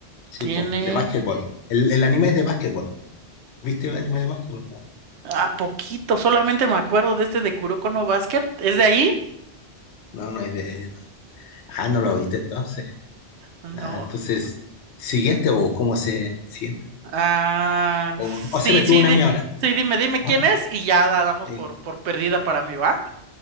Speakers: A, on the left; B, on the right.
A: Sí,
B: tiene.
A: po, de básquetbol. El, el anime es de básquetbol. ¿Viste el anime de básquetbol?
B: Ah, poquito. Solamente me acuerdo de este de Kuroko no Basket. ¿Es de ahí?
A: No, no, no es de. no. Ah, no lo viste entonces.
B: No.
A: Ah, entonces, siguiente o cómo se siguiente.
B: Ah, sí,
A: O, o se me
B: sí,
A: tuvo una
B: di-
A: a mí ahora.
B: sí, dime, dime
A: Ah,
B: quién es y ya la damos
A: eh,
B: por, por perdida para mí, ¿va?